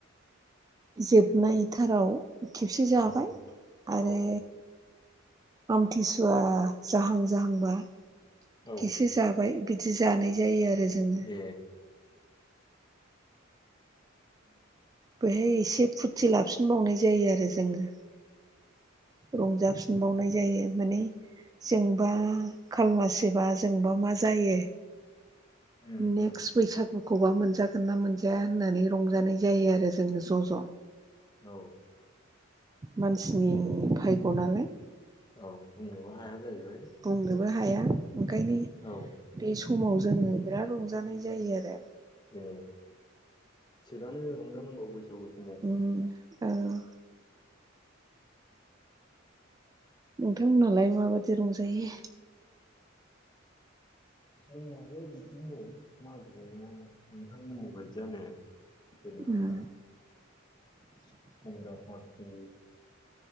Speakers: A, on the right; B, on the left.
A: जोबनायथाराव खेबसे जाबाय
B: औ
A: आरो
B: औ
A: आमथिसुवा जाहां जाहांबा
B: औ
A: खेसे जाबाय बिदि जानाय जायो आरो जों।
B: ए
A: बेहाय एसे फुथि लाफिनबावनाय जायो आरो जोङो। रंजाफिनबावनाय जायो माने जोंबा खाल मासिबा जोंबा मा जायो।
B: उम
A: नेक्स
B: उम
A: बैसागुखौबा मोनजागोन ना मोनजाया होननानै रंजानाय जायो आरो। जों ज ज।
B: औ।
A: मानसिनि भायग' नालाय।
B: औ बुंनोबो हाया जाहैबाय।
A: बुंनोबो हाया ओंखायनो।
B: औ।
A: बे समाव जोङो बिराद रंजानाय जायो आरो।
B: ए थिगानो रंजानांगौ बैसागु समाव।
A: <unintelligible> नोंथांमोनहालाय माबायदि रंजायो।
B: जोंहाबो बिदिनो मागोया नोंथांमोननि बायदियानो। जेनेबा
A: उम
B: <unintelligible>